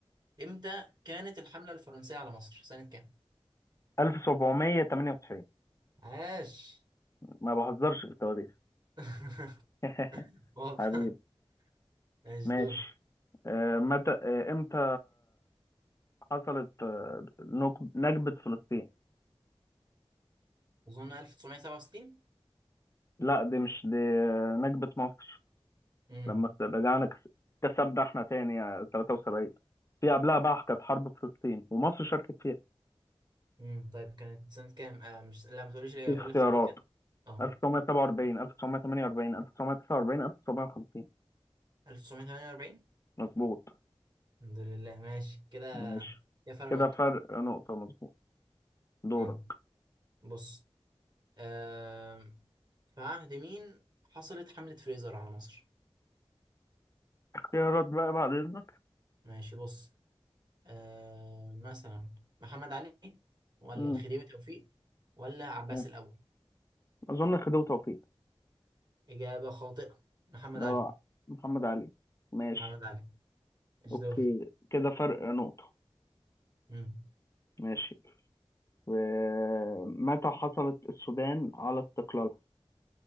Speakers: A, on the right (about 45°); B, on the left (about 30°).
A: امتى كانت الحملة الفرنسية على مصر سنة كام
B: 1798
A: عاش
B: ما بهزرش في التواريخ
A: <laughs>
B: <laughs>
A: واضح
B: حبيبي
A: ماشي
B: ماشي
A: دور
B: آه، متى آه، امتى حصلت آه، نك- نكبة فلسطين
A: اظن 1967
B: لا دي مش دي نكبة مصر
A: امم
B: لما رجعنا كس- كسبنا احنا تاني آه، 73 في قبلها بقى كانت حرب فلسطين ومصر شاركت فيها
A: امم طيب كانت سنة كام آه مش لا ما تقوليش ليه
B: في اختيارات
A: قول لي اختيارات كده اه
B: 1947 1948 1949 1950
A: 1948
B: مظبوط
A: الحمد لله ماشي كده
B: ماشي
A: يا فرق
B: كده
A: نقطة
B: فرق نقطة مظبوط دورك
A: امم بص آم، في عهد مين حصلت حملة فريزر على مصر
B: اختيارات بقى بعد إذنك
A: ماشي بص آه مثلا محمد علي ولا
B: مم.
A: الخديوي توفيق ولا عباس
B: إيه.
A: الأول
B: أظن خديوي توفيق
A: إجابة خاطئة محمد
B: ده
A: علي
B: محمد علي ماشي
A: محمد علي ايش
B: أوكي
A: دور
B: كده فرق نقطة
A: امم
B: ماشي ومتى حصلت السودان على استقلالها